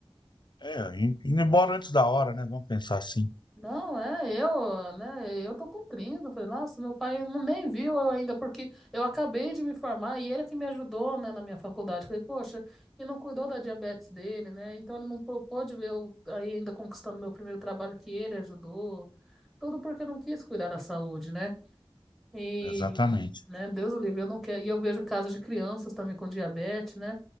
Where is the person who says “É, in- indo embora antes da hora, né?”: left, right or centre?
Left